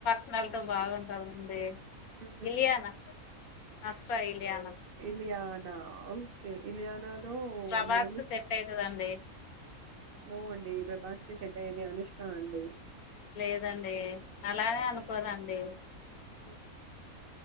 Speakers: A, on the left (about 85°); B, on the right (about 55°).
A: పిల్లల్తో బాగుంటార అండి
B: హ్మ్.
A: ఇలియానా అష్ట ఇలియాన్
B: ఇలియనా ఓకే ఇలియనా నో
A: ప్రభాస్
B: నడిమి
A: కు సెట్ అయితదండి
B: నో అండి ప్రభాస్ కి సెట్ అయ్యేది అనుష్కా అండి
A: లేదండి అలానే అనుకోరండి
B: ఓ